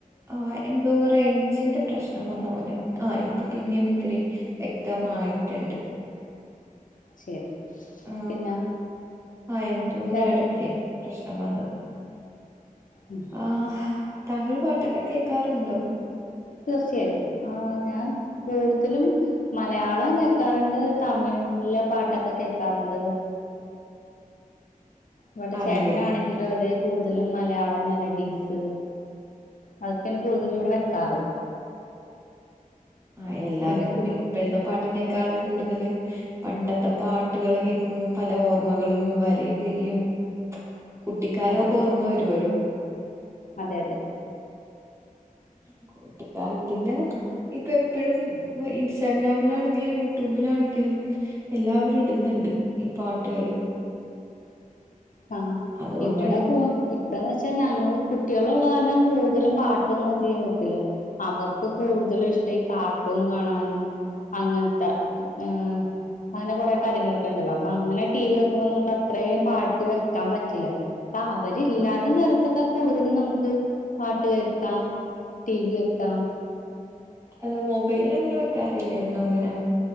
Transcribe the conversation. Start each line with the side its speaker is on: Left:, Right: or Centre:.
Right: ആ എന്തോ പറയ് ജിന്റെ പ്രശ്നം വന്ന പോലെ ആ ഇപ്പൊ പിന്നേം ഇത്തിരി വ്യക്തം ആയിട്ട്ണ്ട്
Left: ശരി
Right: ആ
Left: പിന്നെ
Right: ആ എന്തോ ഒരു
Left: വേറെ
Right: ഇടക്കേ പ്രശ് നം വന്നതാ
Left: ഉം,
Right: ആ താങ്കൾ പാട്ടൊക്കെ കേക്കാറുണ്ടോ
Left: തീർച്ചയായും ആ ഞാൻ കൂടുതലും മലയാളം കേക്കാറുണ്ട് തമിഴിലെ പാട്ടൊക്കെ കേക്കാറുണ്ട് ഇവിടെ
Right: ആണല്ലേ
Left: ചേട്ടനാണെങ്കിലോ അതെ കൂടുതലും മലയാളം മെലഡീസ് അതൊക്കെയാണ് കൂടുതലും ഇവിടെ വെക്കാറ്
Right: ആ എല്ലാവരും
Left: പിന്നെ കു
Right: ഇപ്പോഴത്തെ പാട്ടിനേക്കാളും കൂടുതല്- പണ്ടത്തെ പാട്ടുകൾ കേൾക്കുമ്പോൾ പല ഓർമ്മകളും വരയും ചെയ്യും കുട്ടിക്കാലമൊക്കെ
Left: അതെ
Right: ഓർമ്മ വരുവല്ലോ
Left: അതെ അതെ
Right: <inaudible> കുട്ടികാലത്തിന്റ - ഇപ്പ എപ്പോഴും ഇൻസ്റ്റാഗ്രാമിലാണെങ്കിലും യൂട്യൂബിലാണെങ്കിലും എല്ലാവരും ഇടുന്നുണ്ട് ഈ പാട്ടുകള്
Left: ആ
Right: അതുകൊണ്ട്
Left: ഇവിടെ പോ ഇപ്പന്ന് വെച്ചാ ഞങ്ങള് കുട്ടികളുള്ള കാരണം കൂടുതലും പാട്ടൊന്നും അധികം വെക്കില്ല അവർക്ക് കൂടുതലും ഇഷ്ടം ഈ കാർട്ടൂൺ കാണാനും അങ്ങനത്തെ ഏ അങ്ങനെ കുറെ കാര്യങ്ങളൊക്കെണ്ടല്ലോ അപ്പൊ അങ്ങനെ ടീവി വെക്കബൊ അത്രേം പാ പാട്ട് വെക്കാൻ പറ്റില്ല അപ്പൊ അവരില്ലാത്ത നേരത്തൊക്കെ കൂടുതലും നമുക്ക് പാട്ട് വെക്കാം ടി വി വെക്കാം
Right: ലൊ മൊബൈലിൽ അങ്ങനെ വെക്കാറില്ല എന്നുങ്ങനെ